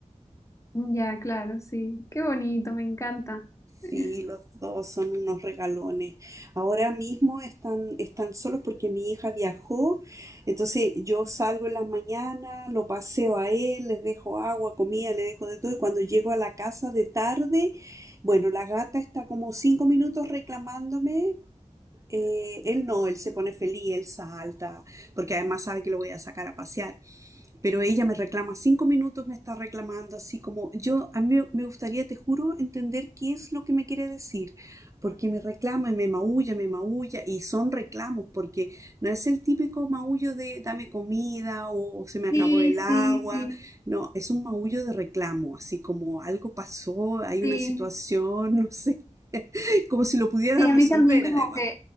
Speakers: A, on the left; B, on the right.
A: Ya, claro, sí. Qué bonito, me encanta. <laughs>
B: Sí, los dos son unos regalones. Ahora mismo están, están solos porque mi hija viajó, entonces yo salgo en la mañana, lo paseo a él, les dejo agua, comida, le dejo de todo, y cuando llego a la casa de tarde, bueno, la gata está como cinco minutos reclamándome Eh, él no, él se pone feliz, él salta, porque además sabe que lo voy a sacar a pasear. Pero ella me reclama cinco minutos, me está reclamando así como yo, a mí me gustaría, te juro, entender qué es lo que me quiere decir, porque me reclama y me maulla, me maulla, y son reclamos, porque no es el típico maullo de dame comida o, se me acabó
A: Sí,
B: el agua,
A: sí, sí,
B: no, es un maullo de reclamo, así como algo pasó, hay
A: sí.
B: una situación, <laughs> no sé, como si lo pudiera
A: Sí,
B: resolver
A: a mí también como
B: además.
A: que,